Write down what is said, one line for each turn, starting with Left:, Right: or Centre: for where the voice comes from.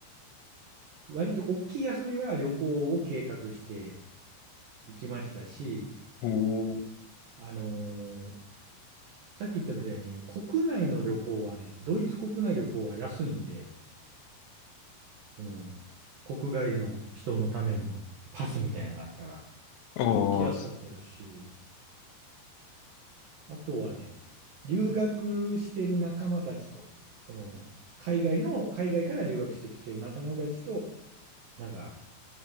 Right: 割と大きい休みは旅行を計画していきましたし、
Left: おー、
Right: あのーさっき言ったみたいに、国内の旅行はね、ドイツ国内旅行は安いんで、その、国外の人のためのパスみたいなのがあったら、
Left: おー、
Right: 行きやすかったですし、あとはね、留学してる仲間たちと、その、海外の、海外から留学してきてる仲間たちと、なんか、